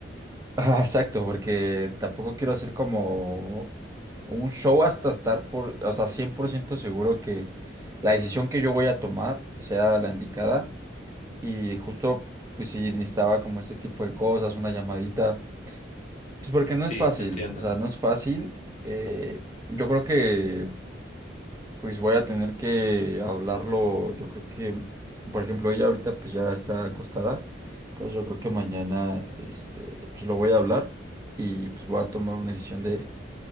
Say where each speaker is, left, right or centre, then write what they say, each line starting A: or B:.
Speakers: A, on the right (about 20°); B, on the left (about 40°).
A: <laughs> ah, exacto, porque tampoco quiero hacer como un show hasta estar por, o sea, 100% seguro que la decisión que yo voy a tomar sea la indicada. Y justo, pues sí, necesitaba como este tipo de cosas, una llamadita, pues porque no
B: Sí,
A: es fácil,
B: te entiendo.
A: o sea, no es fácil. eh, yo creo que pues voy a tener que hablarlo, yo creo que, por ejemplo, ella ahorita pues ya está acostada, entonces yo creo que mañana, este, pues lo voy a hablar y pues voy a tomar una decisión de,